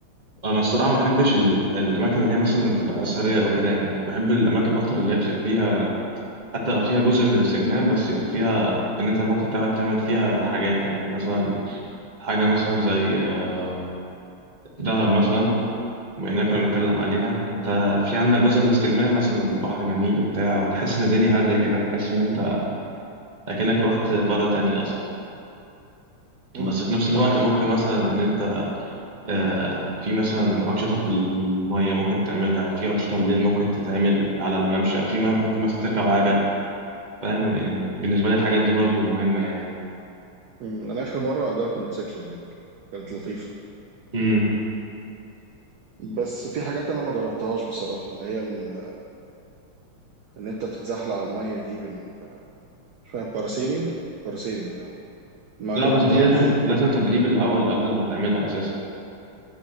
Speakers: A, on the right (about 20°); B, on the right (about 60°).
A: انا الصراحه ما بحبش ال- الاماكن اللي هي مثلا تبقى اثريه او كده يعني انا بحب الاماكن اكتر اللي هي بتبقى فيها حتى لو فيها جزء من الاستجمام بس يبقى فيها ان انت ممكن تعرف تعمل فيها حاجات يعني مثلا حاجه مثلا زي آه، دهب مثلا بما اننا كنا بنتكلم عليها انت في عندك جزء من الاستجمام مثلا البحر جميل وبتاع وتحس ان الدنيا هاديه كده تحس ان انت اكنك روحت قاره تانية اصلا
B: امم
A: بس في
B: أمم،
A: نفس الوقت
B: ده حقيقي
A: ممكن مثلا ان انت آه، في مثلا أنشطة في المية ممكن تعملها في أنشطة بالليل ممكن تتعمل على الممشى في ما ممكن مثلا تركب عجل فاهم آه، بالنسبة لي الحاجات دي برضو مهمة يعني
B: أمم، أنا آخر مرة أجرت موتوسيكل هناك كانت لطيفة
A: امم
B: بس في حاجات أنا ما جربتهاش بصراحة اللي هي ال- إن أنت تتزحلق على المية دي بال شوية باراسيلينج باراسيلينج آه. ما
A: لا
B: جربتهاش
A: بس دي لازم لازم تدريب الأول قبل ما تعملها أساسا